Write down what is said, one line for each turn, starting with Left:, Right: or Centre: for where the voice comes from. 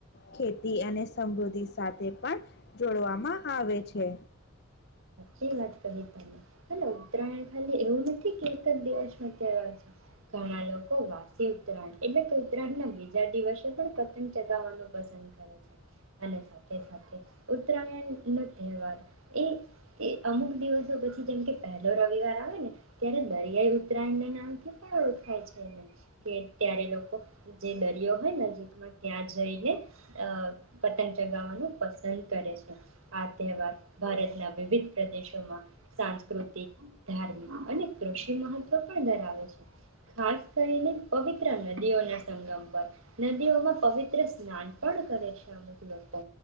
Left: ખેતી અને સમૃદ્ધિ સાથે પણ જોડવામાં આવે છે.
Right: શું વાત કરી તમે ઉત્તરાયણ ખાલી એવું નથી કે એક જ દિવસ નો તહેવાર છે ઘણા લોકો વાસી ઉત્તરાયણ એટલે કે ઉત્તરાયણ ના બીજા દિવસે પણ પતંગ ચગાવવાનું પસંદ કરે છે અને સાથે સાથે ઉત્તરાયણ નો તહેવાર એ તે અમુક દિવસો પછી જેમ કે પહેલો રવિવાર આવે ને ત્યારે દરિયાઈ ઉત્તરાયણ ના નામથી પણ ઓળખાય છે એ કે ત્યારે લોકો જે દરિયો હોય નજીકમાં ત્યાં જઈને અ પતંગ ચગાવવાનું પસંદ કરે છે આ તહેવાર ભારતના વિવિધ પ્રદેશોમાં સાંસ્કૃતિક ધાર્મિક અને કૃષિ મહત્વ પણ ધરાવે છે ખાસ કરીને પવિત્ર નદીઓના સંગમ પર નદીઓમાં પવિત્ર સ્નાન પણ કરે છે અમુક લોકો